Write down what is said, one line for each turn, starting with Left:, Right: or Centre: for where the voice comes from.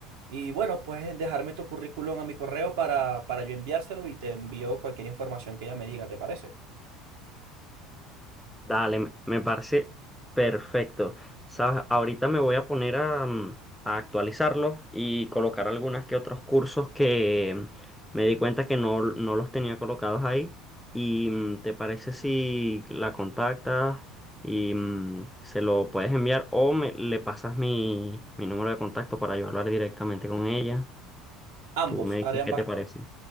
Right: Y bueno, puedes dejarme tu currículum a mi correo para, para yo enviárselo y te envío cualquier información que ella me diga, ¿te parece?
Centre: Dale, me me parece perfecto. Sabes, ahorita me voy a poner a, mm, a actualizarlo y colocar algunas que otros cursos que mm, me di cuenta que no, no los tenía colocados ahí. ¿Y mm, te parece si la contactas y mm, se lo puedes enviar o me, le pasas mi, mi número de contacto para yo hablar directamente con ella?
Right: Ambos,
Centre: Tú me dices
Right: haré ambas,
Centre: qué te parece.